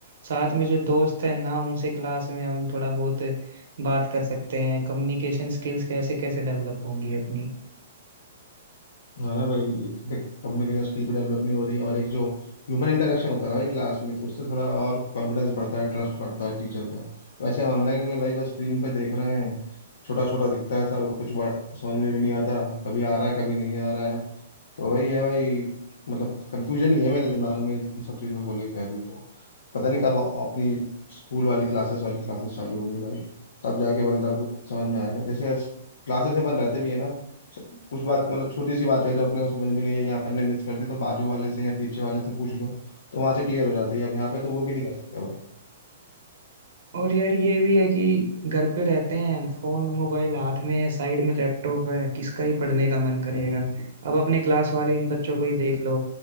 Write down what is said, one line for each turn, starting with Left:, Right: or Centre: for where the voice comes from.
Right: साथ में जो दोस्त है ना उनसे क्लास में हम थोड़ा बहुत बात कर सकते हैं कम्युनिकेशन स्किल्स कैसे कैसे डेवलप होंगी अपनी
Left: हाँ ना भाई देख कम्युनिकेशन स्किल भी डेवलप नहीं हो रही और एक जो ह्यूमन इंटरेक्शन होता है ना भाई क्लास में तो उससे थोड़ा और कॉन्फिडेंस बढ़ता है ट्रस्ट बढ़ता है टीचर पे वैसे ऑनलाइन में भाई बस स्क्रीन पे देख रहे हैं छोटा छोटा दिखता है सब कुछ बड़ा समझ में भी नहीं आता कभी आ रहा है कभी नहीं आ रहा है तो वही है भाई मतलब कंफ्यूजन ही है मेरे दिमाग में इन सब चीज़ों को लेकर अभी तो पता नहीं कब अपनी स्कूल वाली क्लासेस वाली क्लासेस चालू होंगी भाई तब जाके मतलब समझ में आएगा जैसे क्लासेस अपन रहते भी है ना स- कुछ बात मतलब छोटी सी बात है जो अपने को समझ में नहीं है या अपन ने मिस कर दी तो बाजू वाले से या पीछे वाले से पूछ लो तो वहां से क्लियर हो जाती है अब यहाँ पे तो वो भी नहीं कर सकते भाई
Right: और यार ये भी है कि घर पे रहते हैं फोन मोबाइल हाथ में है साइड में लैपटॉप है किसका ही पढ़ने का मन करेगा
Left: हम्म
Right: अब अपने क्लास वाले इन बच्चों को ही देख लो